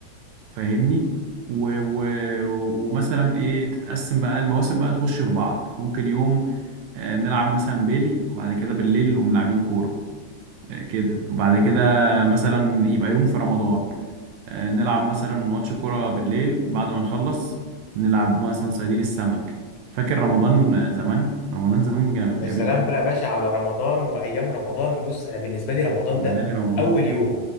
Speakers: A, on the right; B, on the left.
A: فاهمني و... و... ومثلا ايه تتقسم بقى المواسم بقى تخش في بعض ممكن يوم آه، نلعب مثلا بيلي وبعد كده بالليل نقوم لاعبين كورة آه، كده وبعد كده مثلا يبقى يوم في رمضان آه، نلعب مثلا ماتش كورة بالليل بعد ما نخلص نلعب مثلا صيادين السمك فاكر رمضان آه، زمان رمضان زمان كان
B: يا
A: جميل
B: سلام
A: قوي
B: بقى يا باشا على رمضان وايام رمضان بص انا بالنسبه لي رمضان
A: ليالي
B: ده
A: رمضان
B: اول يوم